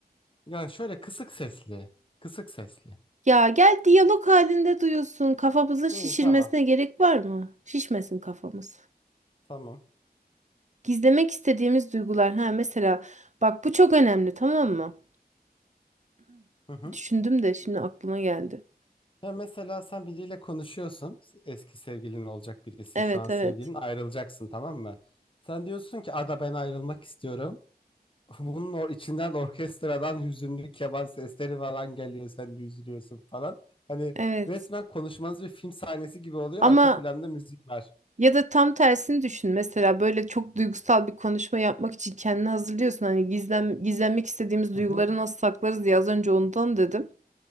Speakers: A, on the left; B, on the right.
A: Ya şöyle kısık sesli. Kısık sesli.
B: Ya gel diyalog halinde duyuyorsun. Kafamızın şişirmesine
A: İyi tamam.
B: gerek var mı? Şişmesin kafamız.
A: Tamam.
B: Gizlemek istediğimiz duygular. Ha mesela bak bu çok önemli tamam mı?
A: Hı hı.
B: Düşündüm de şimdi aklıma geldi.
A: Ya mesela sen biriyle konuşuyorsun. Eski sevgilin olacak birisi.
B: Evet,
A: Şu an sevgilin
B: evet.
A: ayrılacaksın tamam mı? Sen diyorsun ki Ada ben ayrılmak istiyorum. <laughs> Bunun o içinden orkestradan hüzünlü keman sesleri falan geliyor. Sen de üzülüyorsun falan. Hani
B: Evet.
A: resmen konuşmanız bir film sahnesi gibi oluyor.
B: Ama
A: Arka planda müzik var.
B: ya da tam tersini düşün. Mesela böyle çok duygusal bir konuşma yapmak için kendini hazırlıyorsun. Hani gizlen, gizlenmek istediğimiz
A: Hı
B: duyguları
A: hı.
B: nasıl saklarız diye az önce ondan dedim.